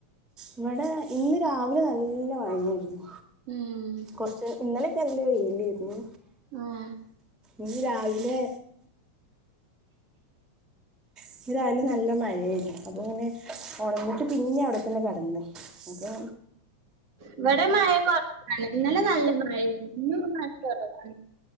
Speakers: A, in the centre; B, on the right.
A: ഇവിടെ ഇന്ന് രാവിലെ ന്നല്ല മഴേർന്നു.
B: ഉം.
A: കുറച്ച് ഇന്നലെക്കെ നല്ല വെയിലേര്ന്നു.
B: ആഹ്
A: ഇന്ന് രാവിലെ ഇന്ന് രാവിലെ നല്ല മഴേര്ന്നു അപ്പ പിന്നെ ഉണന്നിട്ട് പിന്നെ അവിടെത്തന്നെ കെടന്ന്. അപ്പോ
B: ഇവിടെ മഴ കുറവാണ് ഇന്നലെ നല്ല മയേണ് ഇന്ന് മഴ കുറവാണ്.